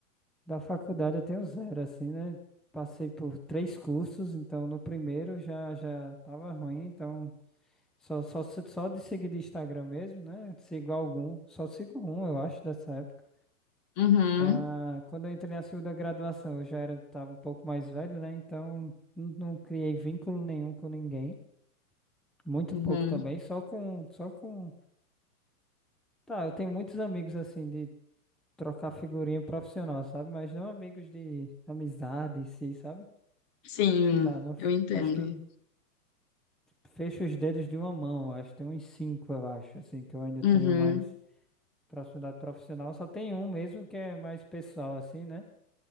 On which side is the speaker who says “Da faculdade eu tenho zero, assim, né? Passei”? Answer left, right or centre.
Centre